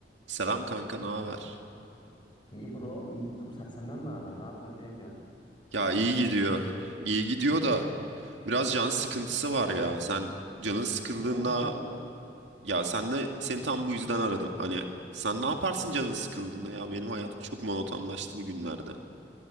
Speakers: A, on the right; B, on the left.
A: Selam kanka, ne haber?
B: İyi bro, iyidir. Sen- senden ne haber? Ne yapıyorsun? Ne ediyorsun?
A: Ya iyi gidiyor. İyi gidiyor da biraz can sıkıntısı var ya. Sen canın
B: Ne,
A: sıkıldığında
B: ne oldu ya?
A: ya senle seni tam bu yüzden aradım. Hani sen ne yaparsın canın sıkıldığında ya? Benim hayatım çok monotonlaştı bugünlerde.